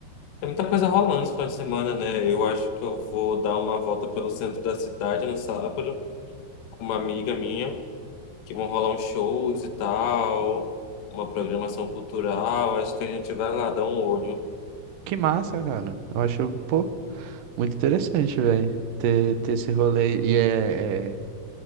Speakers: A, on the left; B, on the right.
A: muita coisa rolando esse final de semana, né? Eu acho que eu vou dar uma volta pelo centro da cidade no sábado com uma amiga minha, que vão rolar uns shows e tal, uma programação cultural. Acho que a gente vai lá dar um olho.
B: Que massa, cara. Eu acho, pô, muito interessante, velho. Ter, ter esse rolê. E é, é,